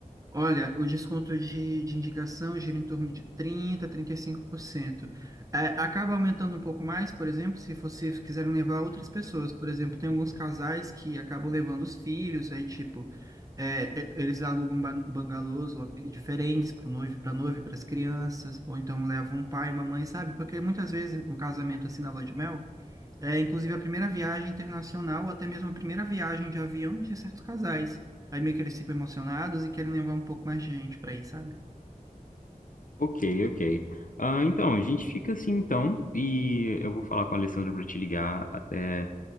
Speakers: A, on the right (about 25°); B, on the left (about 65°).
A: Olha, o desconto de, de indicação gira em torno de 30, 35%. É, acaba aumentando um pouco mais, por exemplo, se vocês quiserem levar outras pessoas. Por exemplo, tem alguns casais que acabam levando os filhos, aí, tipo, é, é, eles alugam ban- bangalôs lo- diferentes para o noivo, para noiva e para as crianças, ou então levam um pai e uma mãe, sabe? Porque muitas vezes o casamento, é assim, na lua de mel, é, inclusive a primeira viagem internacional, ou até mesmo a primeira viagem de avião de certos casais. Aí meio que eles ficam emocionados e querem levar um pouco mais de gente para aí sabe?
B: Ok, ok. Ah, então, a gente fica assim então, e eu vou falar com a Alessandra para te ligar até